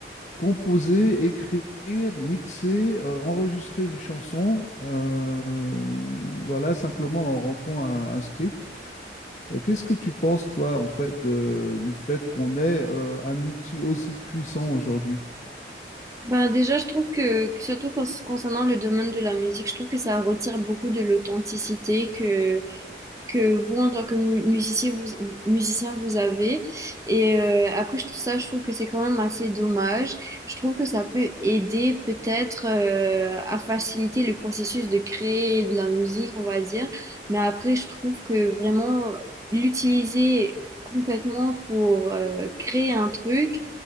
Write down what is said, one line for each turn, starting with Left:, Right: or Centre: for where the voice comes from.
Left: composer, écrire, mixer, euh, enregistrer une chanson, euh, voilà, simplement en rentrant un un script. Euh, Qu'est-ce que tu penses, toi, en fait, de- du fait qu'on ait euh, un outil aussi puissant aujourd'hui?
Right: Bah déjà, je trouve que, surtout con- concernant le domaine de la musique, je trouve que ça retire beaucoup de l'authenticité que, que vous, en tant que mu- musicien, vous, musicien, vous avez. Et euh, après, je trouve ça, je trouve que c'est quand même assez dommage. Je trouve que ça peut aider peut-être euh, à faciliter le processus de créer de la musique, on va dire. Mais après, je trouve que vraiment l'utiliser complètement pour euh, créer un truc,